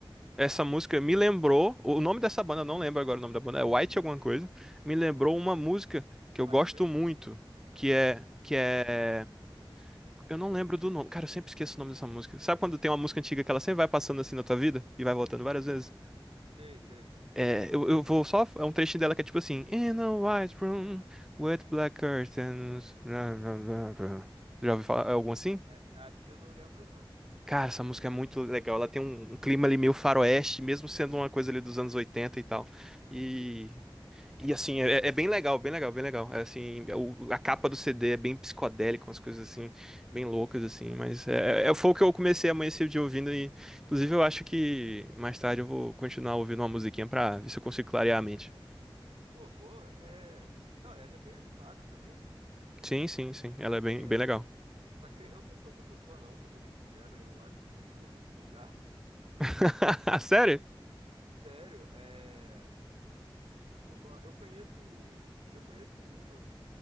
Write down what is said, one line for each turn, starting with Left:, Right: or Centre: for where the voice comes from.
Centre: Essa música me lembrou. O nome dessa banda, eu não lembro agora o nome da banda, é White alguma coisa. Me lembrou uma música que eu
Right: White
Centre: gosto
Right: Panther?
Centre: muito.
Right: Não.
Centre: Que é. Que é. Eu não lembro do nome. Cara, eu sempre esqueço o nome dessa música. Sabe quando tem uma música antiga que ela sempre vai passando assim na tua vida? E vai voltando várias vezes?
Right: Sei, sei.
Centre: É, eu, eu vou só. É um trechinho dela que é tipo assim: In a white room with black curtains. blá, blá, blá, blá." Já ouviu falar algum assim?
Right: É, acho que eu não lembro, não.
Centre: Cara, essa música é muito legal. Ela tem um, um clima ali meio faroeste, mesmo sendo uma coisa ali dos anos 80 e tal. E
Right: E, tu-
Centre: E assim, é, é bem legal, bem legal, bem legal. É, assim, o- a capa do CD é bem psicodélica, umas coisas assim, bem loucas, assim, mas é, é, é, foi o que eu comecei a amanhecer o dia ouvindo, e inclusive eu acho que mais tarde eu vou continuar ouvindo uma musiquinha pra ver se eu consigo clarear a mente.
Right: pô, boa, é... Não, ela é bem animada também, né?
Centre: Sim, sim, sim, ela é
Right: É...
Centre: bem, bem legal.
Right: Só que eu não sou muito fã, não, pra ser bem sincero. Eu acho muito, muito vulgar.
Centre: <laughs> Sério?
Right: <laughs> Sério, é... o- o- Eu conheço... Eu conheço uma.